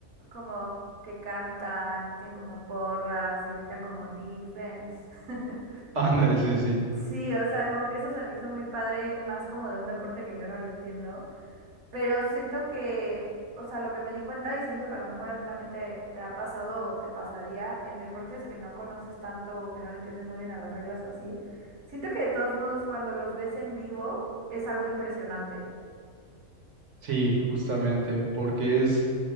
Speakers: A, on the right; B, on the right.
A: como que cantan, y tienen como porras y gritan como defense. <laughs>
B: Ándale, sí, sí.
A: Sí, o sea, como que eso se me hizo muy padre, más como de un deporte que yo no le entiendo, pero siento que, o sea, lo que me di cuenta y siento que a lo mejor a ti también te, te ha pasado o te pasaría en deportes que no conoces tanto o que no le entiendes muy bien a las reglas o así, siento que de todos modos cuando los ves en vivo es algo impresionante.
B: Sí, justamente, porque es,